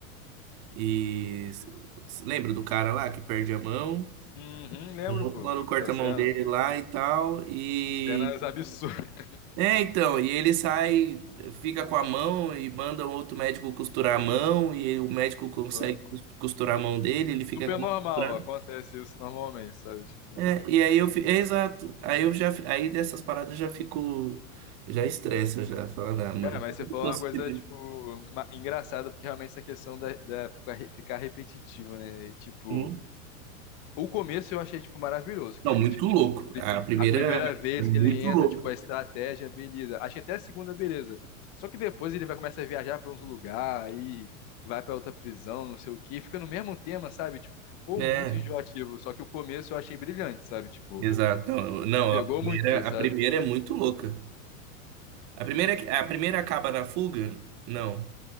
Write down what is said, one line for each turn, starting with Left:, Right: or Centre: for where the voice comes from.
Right: E s- s- lembra do cara lá que perde a mão?
Left: Uhum, lembro,
Right: Um outro
Left: pô,
Right: mano corta
Left: dessa cena.
Right: a mão dele lá e tal. E.
Left: Cenas absurdas.
Right: É, então, e ele sai, fica com a mão e manda um outro médico costurar a mão. E o médico consegue
Left: pô.
Right: cos- costurar a mão dele, ele fica
Left: Super
Right: com a mão
Left: normal,
Right: costurada.
Left: acontece isso normalmente, sabe? Tipo,
Right: É, e aí eu. fi- É, exato. Aí eu já. fi- Aí dessas paradas eu já fico. Já estressa, já. Falando, ah, mano.
Left: cara, mas
Right: por
Left: você
Right: que eu
Left: falou
Right: tô assistindo
Left: uma coisa,
Right: isso?
Left: tipo, ma- engraçada, porque realmente essa questão da, da ficar ficar repetitivo, né? E, Tipo,
Right: Hum?
Left: O começo eu achei, tipo, maravilhoso, que
Right: Não,
Left: você,
Right: muito
Left: tipo,
Right: louco.
Left: pri-
Right: A primeira.
Left: a primeira vez
Right: é Muito
Left: que ele entra,
Right: louco.
Left: tipo, a estratégia, beleza. Acho que até a segunda, beleza. Só que depois ele vai começar a viajar pra uns lugares, aí vai pra outra prisão, não sei o quê, fica no mesmo tema, sabe? Tipo, ficou
Right: É.
Left: muito enjoativo. Só que o começo eu achei brilhante, sabe? Tipo,
Right: Exato. Não, não,
Left: me pegou
Right: a primeira,
Left: muito, sabe?
Right: a primeira é muito louca. A primeira, é que- a primeira acaba na fuga? Não.